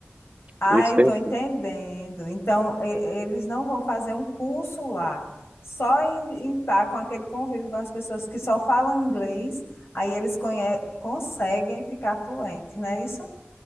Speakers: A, on the left; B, on the right.
A: Ai,
B: Isso tem
A: estou
B: sim.
A: entendendo. Então, e- eles não vão fazer um curso lá, só em, em tá com aquele convívio com as pessoas que só falam inglês, aí eles conhe- conseguem ficar fluentes, não é isso?